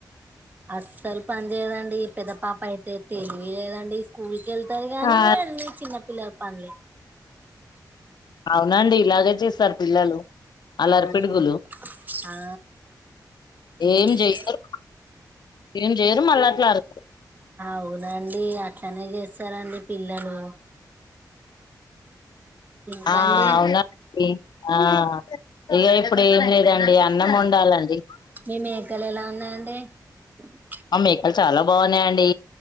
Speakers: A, on the right (about 25°); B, on the left (about 75°).
A: అస్సల్ పని చేయదండి పెద్ద పాప అయితే తెలివిలేదండి స్కూల్ కెళ్తది గాని,
B: ఆ
A: ఏ అన్ని చిన్న పిల్లల పనులే
B: అవునండి ఇలాగే చేస్తారు పిల్లలు అల్లరి
A: అవును
B: పిడుగులు
A: ఆ, ఏ-
B: ఏం చెయ్యరు ఏం చెయరు మళ్ళట్లారు
A: అవునండి అట్లనే చేస్తరండి పిల్లలు ఇంకా
B: ఆ
A: అండి
B: అవునా అండి ఆ ఇక ఇప్పుడు ఏం లేదండి అన్నం ఒండాలండి
A: మీ మేకలు ఎలా <unintelligible>
B: ఆ మేకలు చాలా బాగున్నాయండి